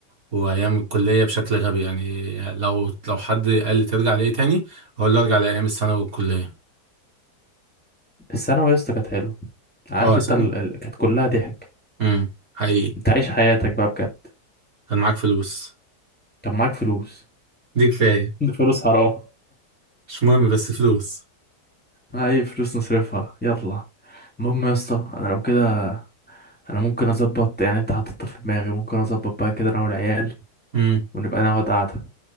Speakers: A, on the right (about 55°); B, in the centre.
A: وايام الكليه بشكل غبي يعني لو لو حد قال لي ترجع لايه تاني اقول له ارجع لايام الثانوي والكليه
B: الثانوي يا اسطى كانت حلوة عارف
A: اه
B: انت
A: ثانوي
B: ال... ال- كانت كلها ضحك
A: امم حقيقي
B: انت عايش حياتك بقى بجد
A: كان معاك فلوس
B: كان معاك فلوس
A: دي كفايه
B: <laughs> فلوس حرام
A: مش مهم بس فلوس
B: اي فلوس نصرفها يلا المهم يا اسطى انا لو كده انا ممكن اظبط يعني انت حاططها في دماغي ممكن اظبط بقى كده انا والعيال
A: امم
B: ونبقى نقعد قعده